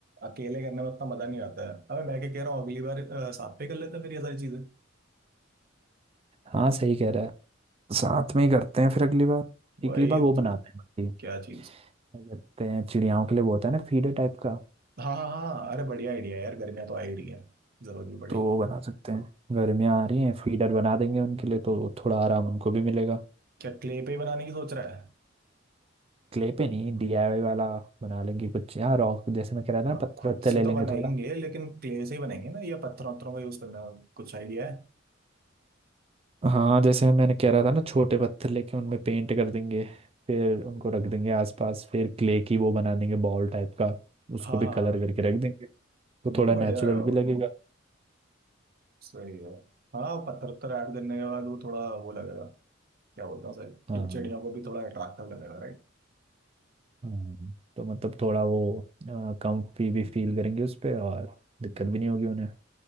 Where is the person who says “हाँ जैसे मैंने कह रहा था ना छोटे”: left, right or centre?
Right